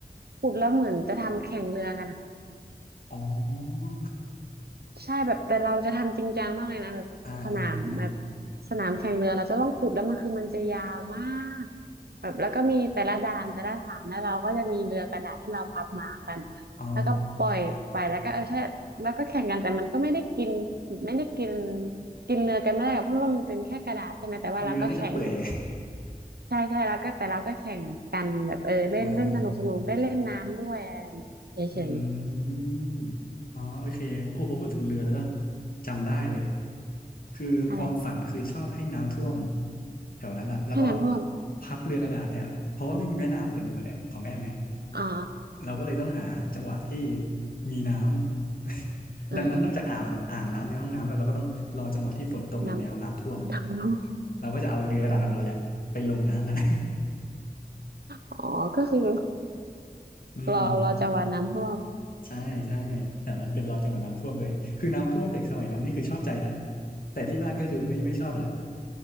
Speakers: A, on the right; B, on the left.
A: ขุดแล้วเหมือนจะทำแข่งเรือกันอะ
B: อ๋อ
A: ใช่แบบแต่เราจะทำจริงจังมากเลยนะแบบสนามแบบ
B: <laughs> อ่าอ่าอ่าอา
A: สนามแข่งเรือเราจะต้องขุดแล้วมันคือมันจะยาวมากแบบแล้วก็มีแต่ละด่านแต่ละฐานแล้วเราก็จะมีเรือกระดาษที่เราพับมากัน
B: อ๋อ
A: แล้วก็ปล่อยไปแล้วก็เออใช่แล้วก็แข่งกันแต่มันก็ไม่ได้กินไม่ได้กินกินเรือกันไม่ได้หรอกเพราะว่ามันเป็นแค่กระดาษใช่ไหมแต่ว่าเราก็แข่ง
B: เรือน่าจะเปื่อย <laughs> ไง
A: ใช่ใช่แล้วก็แต่เราก็แข่งกันแบบเออเล่นเล่นสนุกสนุกได้เล่นน้ำด้วยอะไรแบบเนี้ยเฉย
B: อ่าอ่าอ่าอืมอ๋อโอเคโอ้โหพอพูดถึงเรือแล้วก็จำได้เลยคือความฝันคือชอบให้น้ำท่วม
A: ๆอะไร
B: แถวนั้นอ่ะแล้วก็
A: ให้น้ำท่วม
B: พับเรือกระดาษแถวเพราะว่าไม่มีแม่น้ำเหมือนเหมือนของแอมไง
A: อ่า
B: เราก็เลยต้องหาจังหวะที่มีน้ำ <laughs>
A: เออเออ
B: ดังนั้นนอกจากอ่างอ่างน้ำในห้องน้ำแล้วเราก็ต้องรอจังหวะที่ฝนตกแรงแล้วน้ำท่วม
A: น้ำ น้ำท่วม
B: เราก็จะเอาเรือกระดาษของเราแหละไปลงน้ำกัน <laughs>
A: อ๋อก็คือ
B: อืม
A: รอรอจังหวะน้ำท่วม
B: ใช่ใช่แถวนั้นเป็นรอจังหวะน้ำท่วมเลยคือน้ำท่วมเด็กสมัยนั้นนี่คือชอบใจนะแต่ที่บ้านก็คือไม่ไม่ชอบแหละ